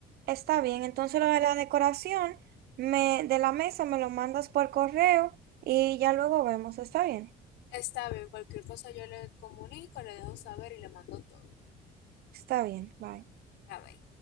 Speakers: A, on the right; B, on the left.
A: Está bien, entonces lo de la decoración me, de la mesa me lo mandas por correo y ya luego vemos. Está bien,
B: Está bien, cualquier cosa yo le comunico, le dejo saber y le mando todo.
A: está bien, bye.
B: A ver.